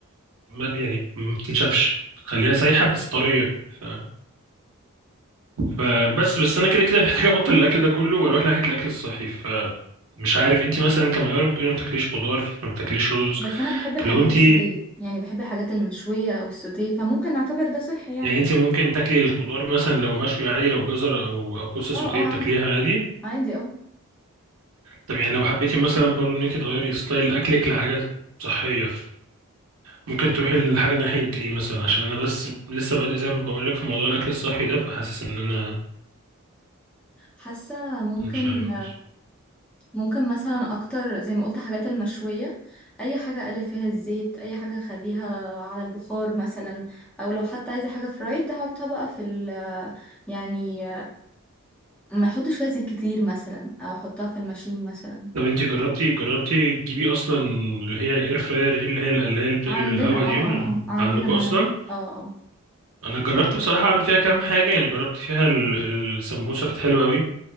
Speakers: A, on the right; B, in the centre.
A: ما- يعني ما بتنشفش بتخليها سايحة بس طرية ف- فبس بس انا كده كده محتاج ابطل الاكل ده كله واروح ناحية الاكل الصحي فمش عارف انت مثلا كميار بتقولي ما بتاكليش خضار ما بتاكليش رز
B: بس انا بحب الحاجات
A: فلو انت
B: السوتيه يعني بحب الحاجات المشويه او السوتيه فممكن نعتبر ده صحي يعني
A: يعني انت ممكن تاكلي الخضار مثلا لو مشوي عادي لو جزر او او كوسه
B: اه اه
A: سوتيه بتاكليها
B: عادي
A: عادي
B: عادي اه
A: طب يعني لو حبيتي مثلا برضو ان انت تغيري ستايل اكلك لحاجه صحيه ممكن تروحي لحاجة ناحية ايه مثلا عشان انا بس لسه بادئ زي ما بقولك في موضوع الاكل الصحي ده فحاسس ان انا
B: حاسه ممكن
A: مش عارف مش.
B: ممكن مثلا اكتر زي ما قلت حاجات المشوية اي حاجة اقلل فيها الزيت اي حاجة اخليها على البخار مثلا او لو حتى عايزة حاجة فرايد احطها بقى في ال يعني ما يحطش فيها زيت كتير مثلا او احطها في الماشين مثلا
A: طب انتي جربتي جربتي تجيبي اصلا اللي هي الاير فراير دي اللي هي القلاية اللي بتقلب
B: عندنا
A: الهوا
B: اه
A: دي ولا
B: اه اه عندنا
A: عندكم اصلا
B: منهج اه اه
A: انا جربت بصراحة اعمل فيها كام حاجة يعني جربت فيها ال- السمبوسة كانت حلوة قوي